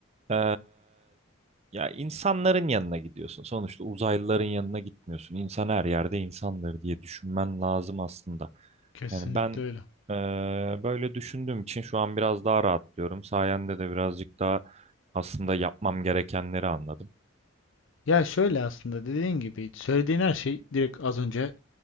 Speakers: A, on the right (about 30°); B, on the left (about 65°).
A: ee, ya insanların yanına gidiyorsun. Sonuçta uzaylıların yanına gitmiyorsun. İnsan her yerde insandır diye düşünmen lazım aslında.
B: Kesinlikle
A: Yani ben
B: öyle.
A: ee, böyle düşündüğüm için şu an biraz daha rahatlıyorum. Sayende de birazcık daha aslında yapmam gerekenleri anladım.
B: Ya şöyle aslında dediğin gibi söylediğin her şey direkt az önce